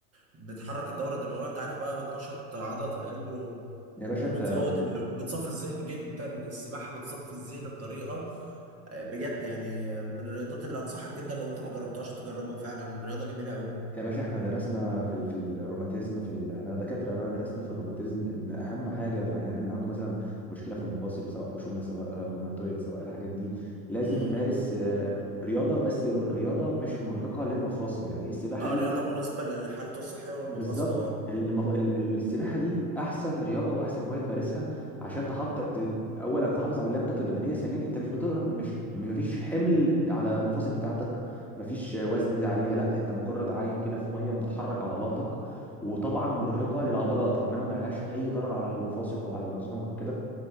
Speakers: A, on the right; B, in the centre.
A: بتحرك الدورة الدموية انت عارف بقى بتنشط عضلة القلب و-
B: يا باشا انت
A: وبتزود ال... وبتصفي الذهن جدا السباحة بتصفي الذهن بطريقة آه، بجد يعني من الرياضات اللي انصحك جدا لو انت ما جربتهاش تجربها فعلا رياضة جميلة قوي
B: يا باشا احنا درسنا في ال- في الروماتيزم في ال... احنا دكاترة بقى درسنا في الروماتيزم ان اهم حاجة في عيان اللي عنده مثلا مشكلة في المفاصل سواء خشونة سواء آه، روماتويد سواء الحاجات دي لازم
A: امم
B: يمارس آه، رياضة بس ر- رياضة مش مرهقة للمفاصل يعني السباحة
A: اه
B: دي
A: رياضة
B: مش
A: مناسبة لحالته الصحية والمفاصلة
B: بالظبط
A: اه
B: ال- المف... ال- ال- السباحه دي احسن رياضه واحسن هوايه تمارسها عشان تحافظ ت... ت- اولا تحافظ على لياقتك البدنيه ثانيا انت مش بتقدر مش مش مفيش حمل على المفاصل بتاعتك مفيش وزن
A: مم.
B: زي عليها لا انت مجرد عايم كده في ميه بتحرك عضلاتك وطبعا مرهقه للعضلات انما ما لهاش اي ضرر على المفاصل او على العظام او كده